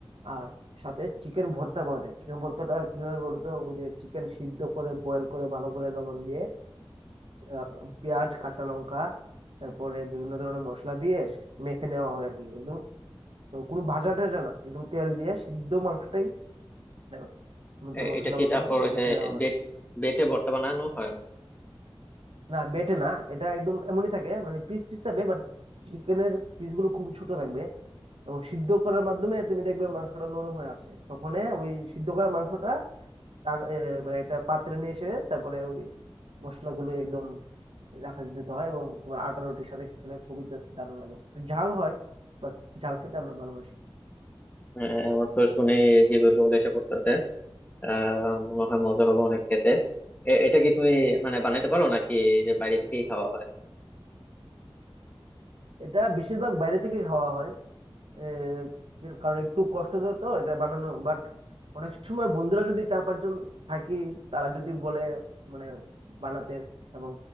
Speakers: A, on the right; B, on the left.
A: আর সাথে চিকেন ভর্তা পাওয়া যায় চিকেন ভর্তাটা কিভাবে বলো তো ওই যে চিকেন সিদ্ধ করে বয়েল করে ভালো করে লবণ দিয়ে আহ, পেঁয়াজ কাঁচা লঙ্কা তারপরে বিভিন্ন ধরনের মশলা দিয়ে মেখে নেওয়া হয় আর কি একদম কোনো ভাজা টাজা না একদম তেল দিয়ে সিদ্ধ মাংসটাই মানে সমুদ্র
B: এ-
A: মশলার
B: এটা কি
A: মাধ্যমে
B: তারপর ওই
A: মেখে
B: যে
A: নেওয়া হয়
B: বেট বেটে ভর্তা বানানো হয়
A: না বেটে না এটা একদম এমনই থাকে মানে পিস পিস থাকবে বাট চিকেনের পিস গুলো খুব ছোট থাকবে এবং সিদ্ধ করার মাধ্যমে তুমি দেখবে মাংসটা নরম হয়ে আসছে তখন ওই সিদ্ধ করা মাংসটা তা- এ, মানে একটা পাত্রে নিয়ে এসে তারপরে ওই মশলাগুলো একদম রাখা দিতে হয় এবং তোমার আটা রুটির সাথে খেলে খুবই দা- দারুণ লাগে একটু ঝাল হয় বাট ঝাল খেতে আমরা ভালোবাসি
B: আহ, আমার তো শুনে জিভে লোল এসে পড়তেছে আহ মনে হয় মজা হবে অনেক খেতে এ- এটা কি তুমি মানে বানাইতে পারো নাকি যে বাইরে থেকেই খাওয়া হয়
A: এটা বেশিরভাগ বাইরে থেকে খাওয়া হয় এ, কারণ একটু কষ্ট তো তো এটা বানানো বাট অনেক সময় বন্ধুরা যদি চার পাঁচজন থাকি তারা যদি বলে মানে বানাতে এবং